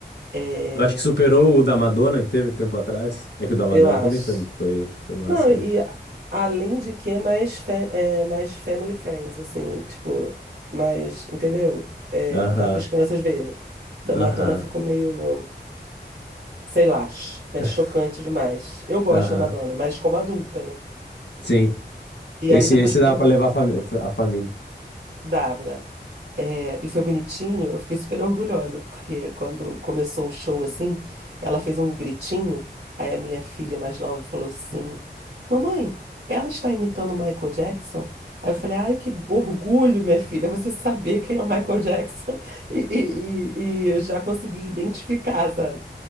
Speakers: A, on the right; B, on the left.
A: É,
B: Eu acho que superou o da Madonna que teve tempo atrás. É que o da Madonna
A: eu acho.
B: também foi, foi, foi massa,
A: Não, e
B: né?
A: a- além de que é mais, fa- é, mais family friends, assim, tipo, mais, entendeu? É,
B: Aham,
A: dá para as crianças verem. Da
B: aham,
A: Madonna ficou meio, sei lá, ch- é
B: <laughs>
A: chocante demais. Eu gosto
B: aham.
A: da Madonna, mas como adulta, né?
B: Sim.
A: E
B: Esse,
A: aí depois
B: esse
A: que
B: dá
A: termina,
B: pra levar a, fami- a família.
A: dava, né? É, e foi bonitinho, eu fiquei super orgulhosa, porque quando começou o show assim, ela fez um gritinho, aí a minha filha mais nova falou assim: Mamãe, ela está imitando o Michael Jackson? Aí eu falei: Ai, que orgulho, minha filha, você saber quem é o Michael Jackson <laughs> e, e, e, e eu já consegui identificar, sabe?